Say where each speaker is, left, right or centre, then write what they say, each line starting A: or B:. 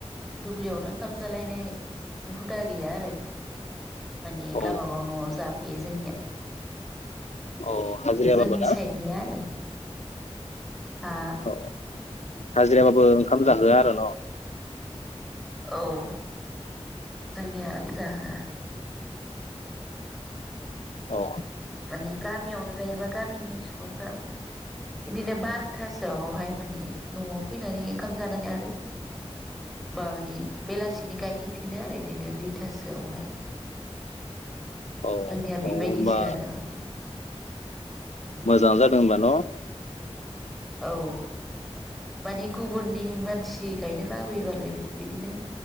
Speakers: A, in the centre; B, on the left (about 90°).
A: दुब्लियावनो ओंखाम जालायनाय हुदा गैया आरो माने
B: औ
A: गबागाव न'आव जाफैयो जोंनिया
B: औ हाजिरायाबाबो
A: जोंनि
B: ना
A: साइडनिया आरो हा
B: औ हाजिराबाबो ओंखाम जाहोआ आरो न'
A: औ जोंनियानो जाहोआ
B: औ
A: माने गामियावनो गायोबा गामिनि सुबुंफ्रा माने बिदिनो बार'थासोआवहाय माने न'आव फैनानै ओंखाम जानानै आरो मानि बेलासिनि गायहैफिनो आरो बिदिनो दुइथासोआवहाय
B: औ
A: जोंनिया बेबायदिसो
B: होमबा
A: <unintelligible>
B: मोजाङ जादों होनबा न'
A: औ माने गुबुननि मानसि गायनो लाबोयोबालाय बिदिनो